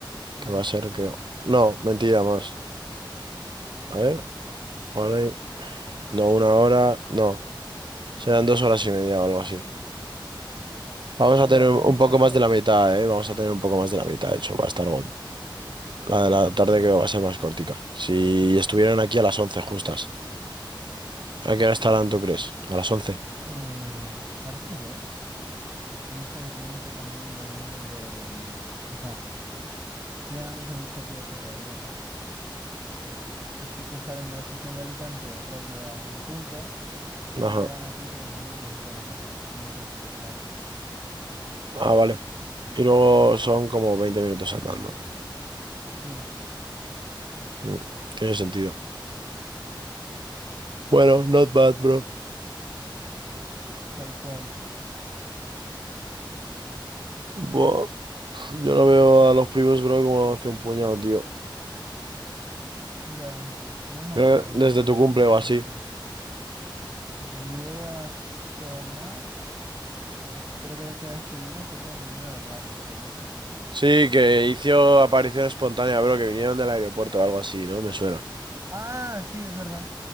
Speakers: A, on the right; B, on the right.
A: sí.
B: Que va a ser, creo. No, mentira más. A ver, hora y- No, una hora... No. Serán dos horas y media o algo así. Vamos a
A: A ver,
B: tener
A: me
B: un
A: he despertado.
B: poco más de la mitad, ¿eh? Vamos a tener un poco más de la mitad, de hecho. Va a estar... go- La de la tarde
A: Ya,
B: creo que va a ser más cortica. Si estuvieran aquí a las once justas. ¿A qué
A: sí.
B: hora estarán, tú crees? A las once
A: Eh, parecido. Tú piensas que tienen que también venir de. mm, O sea, pillan el mismo bus que pillaste tú ayer. Así que salen de la estación de Alicante, rollo a- en punto,
B: Ajá.
A: y llegan aquí como y media y cuarenta, depende cuánto se tarde.
B: Ah, vale. Y luego son como 20 minutos andando.
A: Sí,
B: Mm, Tiene sentido. Bueno, not bad, bro.
A: tal cual.
B: Buah, yo no veo a los primos, bro, como hace un puñado, tío.
A: Ya, yo no me acuerdo
B: Creo
A: cuando,
B: que desde
A: desde
B: tu cumple
A: cuándo no
B: o
A: los
B: así.
A: leo. Yo a Tomás, uf, creo que la última vez que vino fue como que vino de random, pero no estoy seguro.
B: Sí, que hizo aparición espontánea, bro, que vinieron del aeropuerto o algo así, ¿no? Me suena.
A: Ah, sí, es verdad.